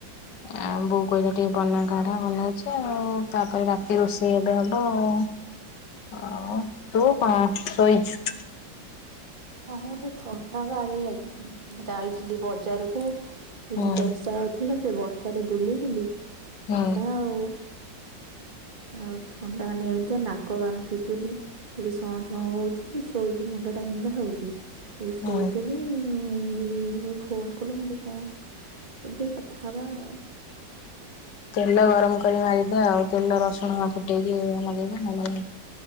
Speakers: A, on the left; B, on the right.
A: ଆ ବୋଉ କହିଲେ ଟିକେ ବନା କାଢା ବନଉଛି ଆଉ। ତାପରେ ଏଇ ରୋଷେଇ ଏବେ ହବ ଆଉ । ଆଉ ତୁ କଣ ଶୋଇଚୁ?
B: ହଁ ଟିକେ ଥଣ୍ଡା ବାହାରି ଯାଇ ଯାଇଥିଲି ବଜାରକୁ। ମୁଁ କହିଲି
A: ହୁଁ
B: ବର୍ଷା ହଉଥିଲା ସେ ବର୍ଷାରେ ବୁଲି ବୁଲି ଥଣ୍ଡା
A: ହୁଁ।
B: ଆଉ। ଆଉ ଥଣ୍ଡା <unintelligible> ନାକ କାନ ଫିଟୁନି ଖାଲି ସଁ ସଁ ହଉଛି, ଶୋଇଛି ମୁଣ୍ଡ ବିନ୍ଧା ହଉଛି, ଏଇ ଶୋଇଥିଲି
A: ହୁଁ
B: ପୁଣି ଏଇ ମୁଇ ଫୋନ କଲୁ ମୋତ କଣ କହିଲି ଟିକେ କଥା ହବା ଆଉ।
A: <inaudible> ତେଲ ଗରମ କରି ମାରିଦେ ଆଉ। ତେଲ ରସୁଣ ଫୁଟେଇକି ନଗେଇଦେ ଭଲ